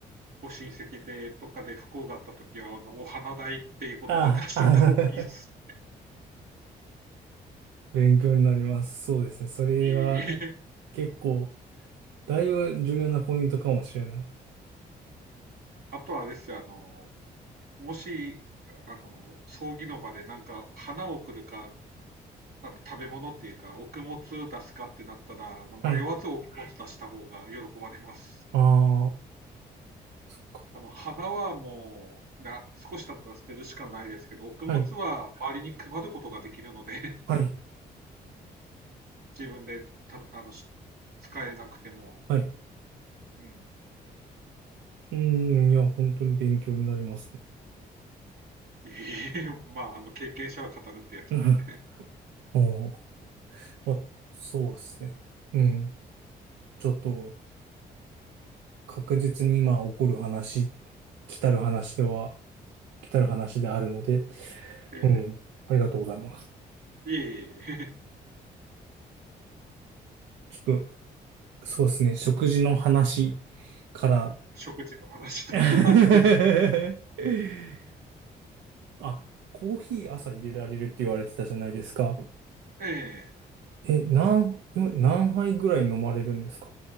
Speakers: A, on the right; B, on the right.
A: ご親戚で、とかで不幸があった時は、あの、お花代っていうことで出しといた方がいいです
B: ああ。ああ勉強になります。そうですね。それは
A: し。<laughs>
B: 結構、だいぶ重要なポイントかもしれない。
A: あとはあれですよ、あの、もし、あの、葬儀の場でなんか、花を送るか、あの、食べ物っていうか、お供物出すかってなったら、あの迷わずお供物出した方が喜ばれます。
B: はい。ああ、そっか。
A: あの、花はもう、な、少し経ったら捨てるしかないですけど、穀物つは周りに配ることができるので、
B: はい。はい。
A: <laughs> 自分で食べあの、し使えなくても、
B: はい。
A: うん。
B: うーん、いや、本当に勉強になりますね。
A: いえいえ、まあ、あの、経験者は語るってやつで。
B: <laughs> おお、まそうですね。うん。ちょっと、確実に今起こる話、来たる話では、来たる話であるので、
A: ええ。
B: うん。ありがとうございます。
A: いえいえ <laughs>
B: ちょっと、そうですね。食事の話から、
A: 食事の話と
B: <laughs>
A: <laughs> です。
B: あ、コーヒー朝入れられるって言われてたじゃないですか。
A: ええ。
B: え、何、今何杯ぐらい飲まれるんですか